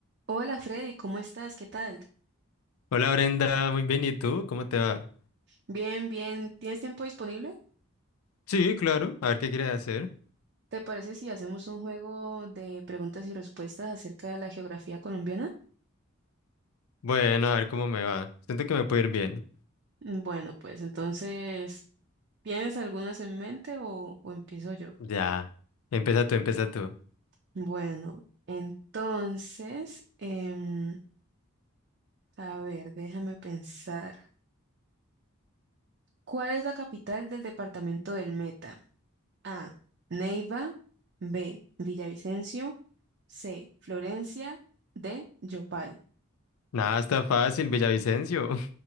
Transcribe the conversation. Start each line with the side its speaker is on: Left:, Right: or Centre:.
Right: Hola Freddy, ¿cómo estás? ¿Qué tal?
Left: Hola Brenda, muy bien, ¿y tú? ¿Cómo te va?
Right: Bien, bien. ¿Tienes tiempo disponible?
Left: Sí, claro, a ver qué quieres hacer.
Right: ¿Te parece si hacemos un juego de preguntas y respuestas acerca de la geografía colombiana?
Left: Bueno, a ver cómo me va. Siento que me puede ir bien.
Right: Mm, Bueno, pues entonces, ¿tienes algunas en mente o, o empiezo yo?
Left: Ya, empieza tú, empieza tú.
Right: Bueno, entonces, em, a ver, déjame pensar. ¿Cuál es la capital del departamento del Meta? A. Neiva. B. Villavicencio. C. Florencia. D. Yopal.
Left: Nada, está fácil, Villavicencio.